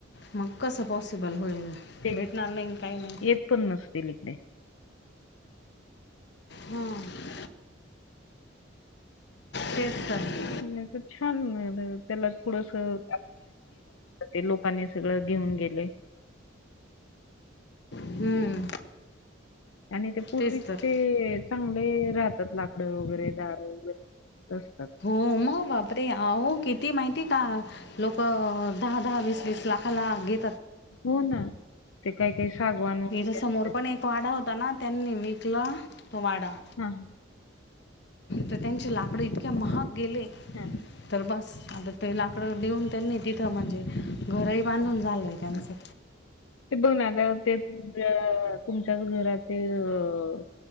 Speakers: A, on the left; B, on the left.
A: मग कसं पॉसिबल होईल,
B: ते
A: भेटणार नाही न काही नाही
B: येत पण नसतील इकडे.
A: हं. तेच तर.
B: नाही तर छान त्याला ते थोडसं ते लोक कांनी सगळं घेऊन गेले.
A: हम्म.
B: आणि ते पूर्वीचेच
A: तेच तर
B: चांगले राहतात लाकडं वगैरे दारं वगैरे, असतात.
A: हो मग बापरे, आहो किती माहिती हेका, लोकं दहा दहा वीस वीस लाखाला घे
B: हो ना. ते काही काही सागवान वगैरे
A: इथं समोर
B: असतात
A: पण एक वाडा होता ना, त्यांनी विकला तो वाडा.
B: हां.
A: तर त्यांचे लाकडं इतक्या महाग गेले,
B: हा
A: तर बस, आता ते लाकडं देऊन त्यांनी तिथं म्हणजे, घरंही बांधून झालय त्यांचं.
B: हा. ते बघून आल्या ते तुमच्या तुमच्याच घराचेअअअ